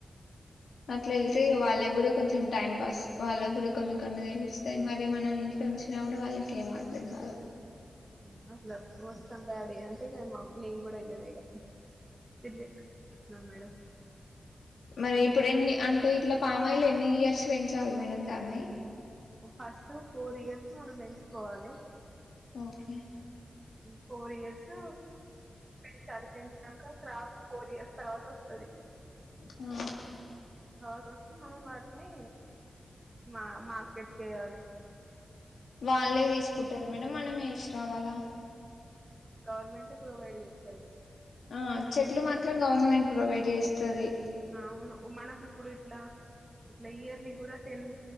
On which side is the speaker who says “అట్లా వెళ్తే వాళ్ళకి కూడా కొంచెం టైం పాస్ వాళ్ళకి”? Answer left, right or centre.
Left